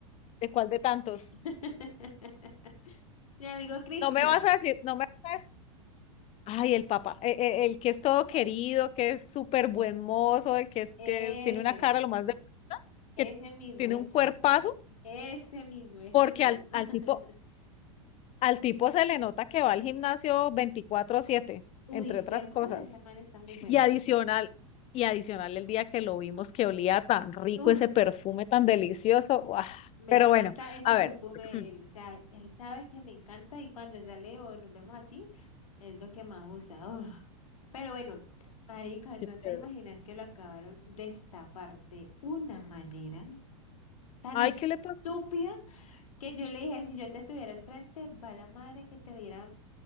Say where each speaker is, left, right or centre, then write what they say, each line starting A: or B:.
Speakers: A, on the left (about 35°); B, on the left (about 75°).
A: ¿de cuál de tantos?
B: <laughs> Mi amigo Cristian.
A: No me vas a decir, no me vas a decir, ay, el papá, e- e- el, que es todo querido, que es súper buen mozo, el que es
B: Ese,
A: que tiene una cara lo más de bonita,
B: ese
A: que
B: mismo,
A: tiene
B: ese.
A: un cuerpazo,
B: Ese mismo, ese
A: porque
B: mismo.
A: al,
B: <laughs>
A: al tipo, al tipo se le nota que va al gimnasio veinticuatro siete
B: Uy,
A: entre
B: ¿cierto?
A: otras cosas.
B: Ese man está muy bueno.
A: Y adicional, y adicional el día que lo vimos que olía tan rico
B: Uf,
A: ese perfume tan delicioso. ¡guau!
B: me
A: Pero
B: encanta
A: bueno,
B: ese
A: a
B: perfume
A: ver. <clears throat>
B: de él. O sea, él sabe que me encanta y cuando sale o nos vemos así, es lo que más gusta. Uf. Pero bueno, marica, no
A: Qué chévere.
B: te imaginas que lo acabaron de estafar de una manera tan
A: Ay,
B: estúpida
A: ¿qué le pasó?
B: que yo le dije, si yo te tuviera al frente, va la madre que te hubiera